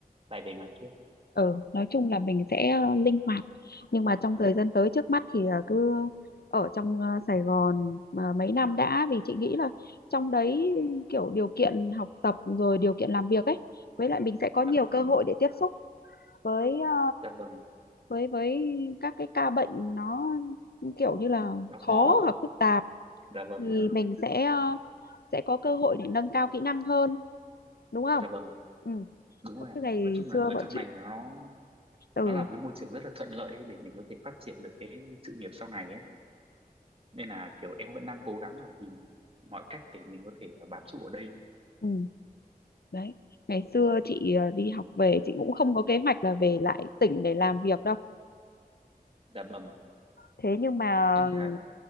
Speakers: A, on the right (about 35°); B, on the left (about 80°).
A: lại về ngoài kia
B: ừ nói chung là mình sẽ ờ, linh hoạt nhưng mà trong thời gian tới trước mắt thì là cứ ở trong ờ, Sài Gòn mà mấy năm đã vì chị nghĩ là trong đấy kiểu điều kiện học tập rồi điều kiện làm việc ấy với lại mình sẽ có
A: dạ
B: nhiều
A: vâng
B: cơ hội để tiếp xúc với ờ,
A: dạ vâng
B: với với các cái ca bệnh nó kiểu như là
A: nó khó
B: khó hoặc phức tạp
A: dạ vâng
B: thì mình sẽ ờ, sẽ có cơ hội để nâng cao kỹ năng hơn đúng không
A: dạ vâng ạ.
B: ừ
A: đúng
B: giống
A: rồi ạ
B: như ngày
A: nói chung là
B: xưa
A: ở
B: bọn
A: trong
B: chị
A: này nó
B: ừ,
A: nó là một cái môi trường rất là thuận lợi ấy để mình có thể phát triển được cái sự nghiệp sau này ấy nên là kiểu em vẫn đang cố gắng là tìm mọi cách để mình có thể bám trụ ở đây ấy.
B: ừ đấy ngày xưa chị ờ, đi học về chị cũng không có kế hoạch là về lại tỉnh để làm việc đâu
A: dạ vâng
B: thế nhưng mà
A: nhưng mà
B: ừ,